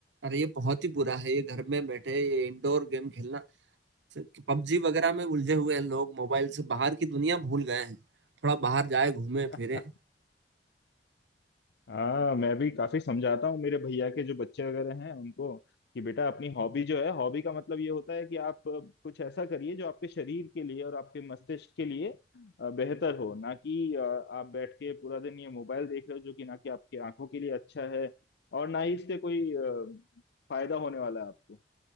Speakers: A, on the right (about 80°); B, on the left (about 65°).
A: अरे ये बहुत ही बुरा है ये घर में बैठे ये इंडोर गेम खेलना पबजी वगैरह में उलझे हुए हैं लोग मोबाइल से बाहर की दुनिया भूल गए हैं थोड़ा बाहर जाए घूमे
B: <laughs>
A: फिरे
B: हाँ मैं भी काफी समझाता हूँ मेरे भैया के जो बच्चे वगैरह हैं उनको कि बेटा अपनी हॉबी जो है हॉबी का मतलब ये होता है कि आप अ, कुछ ऐसा करिए जो आपके शरीर के लिए और आपके मस्तिष्क के लिए अ, बेहतर हो ना कि अ, आप बैठ के पूरा दिन ये मोबाइल देख रहे हो जो कि ना कि आपकी आंखों के लिए अच्छा है और ना ही इससे कोई अ, फायदा होने वाला है आपको